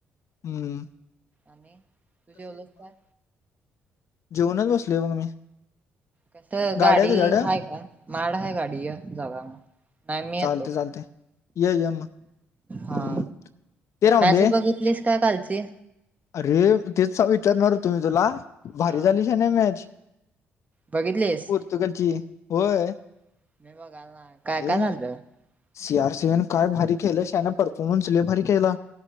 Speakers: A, on the left; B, on the right.
A: हम्म
B: आणि तू जेवलास काय
A: जेवुनच बसलोय बघ
B: कस
A: गाड्या
B: गाडी
A: तुझ्याकडं?
B: हाय का माड हाय गाडी या जागा नाही मी येतो
A: चालते चालते ये ये मग
B: हा
A: हम्म ते राहून
B: मॅच
A: दे
B: बघितलीस का कालची
A: अरे तेच विचारणार मी तुला भारी
B: हा
A: झाली कनी मॅच.
B: बघितलीस?
A: पोर्तुगलची होय.
B: <unintelligible>
A: ए सी आर सिएन काय भारी केलं श्याना परफॉर्मन्स ल भारी केला.